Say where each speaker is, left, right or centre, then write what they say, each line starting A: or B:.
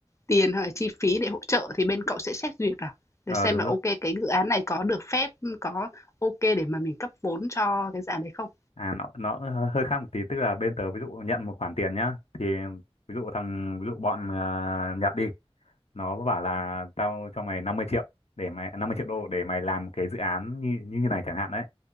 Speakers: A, on the left; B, on the left.
A: tiền hoặc là chi phí để hỗ trợ thì bên cậu sẽ xét duyệt à? Để
B: ờ
A: xem
B: đúng
A: là
B: rồi
A: ok cái dự án này có được phép, có ok để mà mình cấp vốn cho cái dự án đấy không?
B: à nó nó hơi hơi khác một tí tức là bên tớ ví dụ nhận một khoản tiền nhá thì ví dụ thằng ví dụ bọn ờ, Nhật đi nó bảo là tao cho mày năm mươi triệu để mày 50 triệu đô để mày làm cái dự án như như thế này chẳng hạn đấy